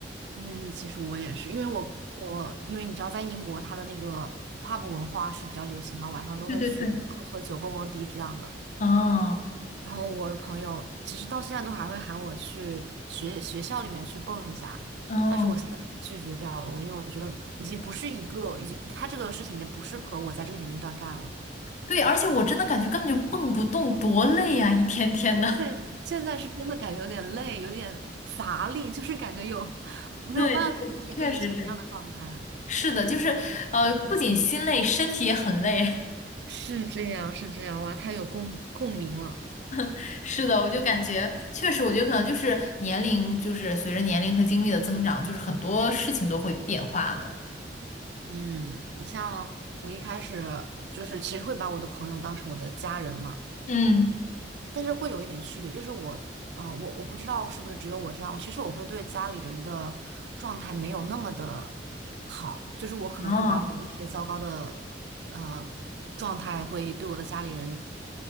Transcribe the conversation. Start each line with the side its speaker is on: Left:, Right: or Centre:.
Right: 嗯，其实我也是，因为我我因为你知道，在英国它的那个 pub 文化是比较流行嘛，晚上都会去喝喝酒、
Left: 对对对，
Right: 蹦蹦迪这样的。
Left: 嗯
Right: 然后我的朋友其实到现在都还会喊我去学学校里面去蹦一下，
Left: 嗯，
Right: 但是我现在都拒绝掉了，我因为我觉得已经不是一个，已经他这个事情已经不适合我在这个年龄段干了。
Left: 对，而且我真的感觉根本就蹦不动，多累呀、一天天的。
Right: 对 <laughs>，现在是真的感觉有点累，有点乏力，就是感觉有
Left: <laughs>
Right: 没有办法再去跟以前一样的状态。
Left: 对，就是确实是。是的，就是呃，不仅心累，身体也很累。
Right: 是这样，是这样，哇，太有共共鸣了。
Left: <laughs> 是的，我就感觉确实，我觉得可能就是年龄，就是随着年龄和经历的增长，就是很多事情都会变化的。
Right: 嗯，你像我一开始就是其实会把我的朋友当成我的家人嘛，
Left: 嗯，
Right: 但是会有一点区别，就是我，呃，我我不知道是不是只有我这样，其实我会对家里人的状态没有那么的好，就是我可能会把我一些糟糕的呃状态会对我的家里人
Left: 哦